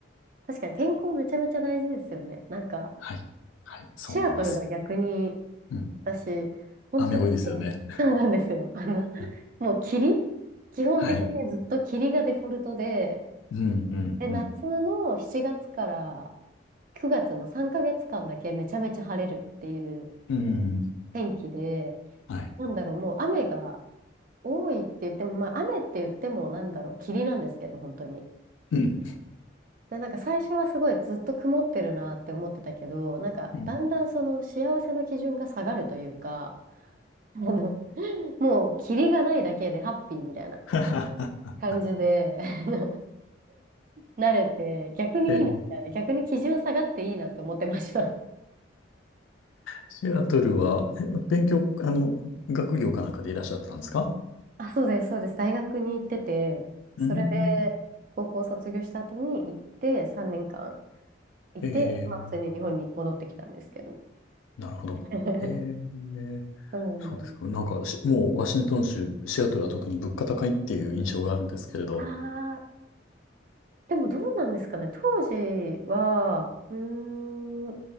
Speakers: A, on the right; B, on the left.
A: 確かに天候めちゃめちゃ大事ですよね。なんか、
B: はい。はい、そう思います。
A: シアトルが逆に、
B: うん
A: 私、本当に
B: 雨多いですよね。
A: 天、<laughs> そうなんですよ。あの、
B: <laughs>
A: もう霧基本的にねずっと霧がデフォルトで、
B: はい。うん、うん、
A: で、夏の7月から
B: うん。
A: 9月の3ヶ月間だけめちゃめちゃ晴れるっていう
B: うん、
A: 天気で、
B: はい。
A: なんだろう、もう雨が、多いって言っても、まあ、雨って言っても、なんだろう、霧なんですけど、本当に。
B: うん。
A: で、なんか最初はすごいずっと曇ってるなって思ってたけど、なんかだんだんその幸せの基準が下がるというか、
B: うん
A: あの、もう霧がないだけでハッピーみたいな
B: <laughs>
A: 感じで、<laughs> 慣れて、逆にいいなみたいな、
B: えー
A: 逆に基準下がっていいなと思ってました。
B: シアトルは、え勉強、あの、学業かなんかでいらっしゃってたんですか
A: あ、そうです、そうです。大学に行ってて、それで高校卒業した後に行って3年間いて、
B: うーん。え
A: まあ普通に日本に戻ってきたんですけど。
B: ー、なるほど。
A: <laughs>
B: えー、
A: そうなんですよ。
B: そうですか。なんかし、もうワシントン州、シアトルは特に物価高いっていう印象があるんですけれど。
A: ああ、でもどうなんですかね。当時は、うーん、